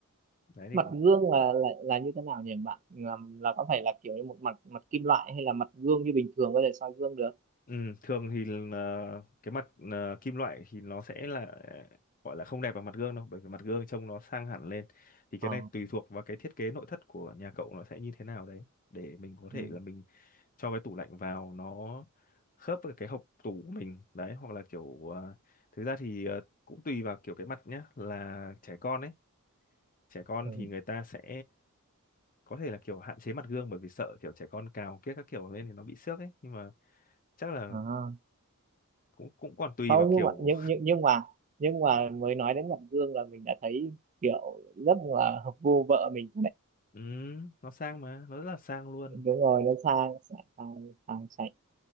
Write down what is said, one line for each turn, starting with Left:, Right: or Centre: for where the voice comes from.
Left: đấy thì
Right: mặt
Left: cũng
Right: gương là là là như thế nào nhỉ bạn là, là có phải là kiểu như một mặt mặt kim loại hay là mặt gương như bình thường có thể soi gương được
Left: ừ, thường thì là cái mặt à, kim loại thì nó sẽ là à, gọi là không đẹp bằng mặt gương đâu bởi vì mặt gương trông nó sang hẳn lên thì cái
Right: ờ
Left: này tùy thuộc vào cái thiết kế nội thất của nhà cậu nó sẽ như thế nào đấy để mình có
Right: ừ.
Left: thể là mình cho cái tủ lạnh vào nó khớp với cái hộc tủ của mình đấy hoặc là kiểu ờ, thực ra thì ờ, cũng tùy vào kiểu cái mặt nhá là trẻ con ấy trẻ con
Right: ừ.
Left: thì người ta sẽ có thể là kiểu hạn chế mặt gương bởi vì sợ kiểu trẻ con cào kiếc các kiểu lên thì nó bị xước ấy nhưng mà chắc là
Right: à.
Left: cũng cũng còn tùy
Right: không
Left: vào kiểu
Right: nhưng mà nhưng, nhưng nhưng mà nhưng mà mới nói đến mặt gương là mình đã thấy kiểu rất là hợp gu vợ mình
Left: <laughs> ừ, nó sang mà nó rất là sang luôn
Right: đúng rồi nó sang sang sang, sang sạch